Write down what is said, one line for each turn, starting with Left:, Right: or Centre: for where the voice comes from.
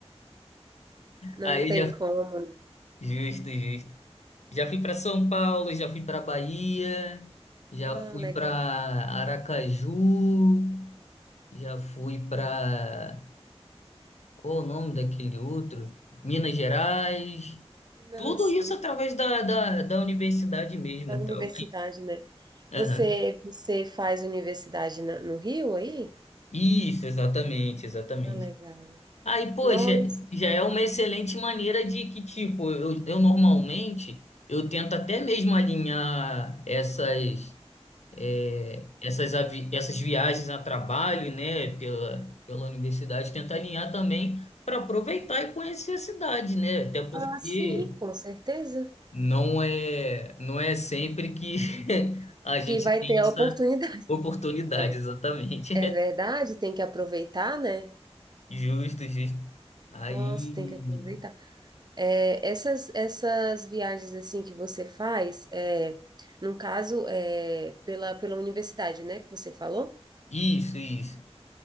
Right: Não
Left: aí
Right: tem
Left: já
Right: como, né?
Left: justo, justo. Já fui para São Paulo, já fui para Bahia, já
Right: Ah,
Left: fui
Right: legal.
Left: para Aracaju, já fui para qual o nome daquele outro? Minas Gerais.
Right: Nas,
Left: Tudo isso
Right: uhum.
Left: através da, da, da universidade mesmo,
Right: Da
Left: então.
Right: universidade, né?
Left: Aham.
Right: Você, você faz universidade na- no Rio aí?
Left: Isso, exatamente, exatamente.
Right: Ah, legal.
Left: Aí, poxa,
Right: Nossa,
Left: já é uma excelente maneira de que, tipo, eu, eu normalmente, eu tento até mesmo alinhar essas, é, essas, avi- essas viagens a trabalho, né, pela, pela universidade, tento alinhar também para aproveitar e conhecer a cidade, né? Até porque
Right: ah, sim, com certeza.
Left: não é, não é sempre que <laughs> a gente
Right: Que vai
Left: tem
Right: ter a
Left: essa
Right: oportunidade. <laughs>
Left: oportunidade,
Right: É,
Left: exatamente.
Right: é verdade, tem que aproveitar, né?
Left: Justo, justo. Aí.
Right: Nossa, tem que aproveitar. É, essas, essas viagens assim que você faz, é, no caso, é, pela, pela universidade, né, que você falou?
Left: Isso, isso.